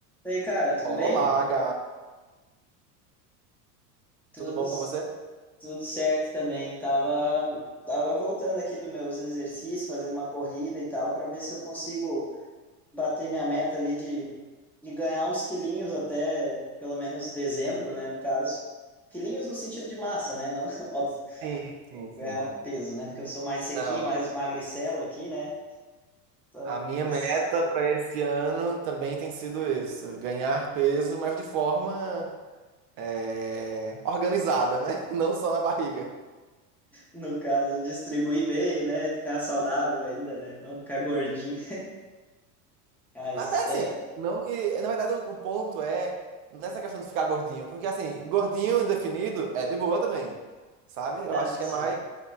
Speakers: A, in the centre; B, on the right.
A: E aí, cara, tudo
B: Olá,
A: bem?
B: gato.
A: Tudo,
B: Tudo bom com você?
A: tudo certo também. Tava, tava voltando aqui dos meus exercícios, fazendo uma corrida e tal, para ver se eu consigo bater minha meta ali de, de ganhar uns quilinhos até pelo menos dezembro, né, no caso. Quilinhos no sentido de massa, né? Não, <laughs> óbvio,
B: Sim, sim, sim.
A: ganhar peso, né? Porque eu sou mais sequinho,
B: Não.
A: mais magricelo aqui, né? Então,
B: A minha
A: pois,
B: meta para esse ano também tem sido isso, ganhar peso, mas de forma é, organizada, né? <laughs> Não só na barriga.
A: no caso, distribuir bem, né? Ficar saudável ainda, né? Não ficar gordinho. <laughs> Mas,
B: Mas Até assim,
A: é,
B: não que, na verdade, o o ponto é nessa questão de ficar gordinho, porque assim, gordinho e definido é de boa também, sabe? Eu
A: ah,
B: acho que
A: sim.
B: é mais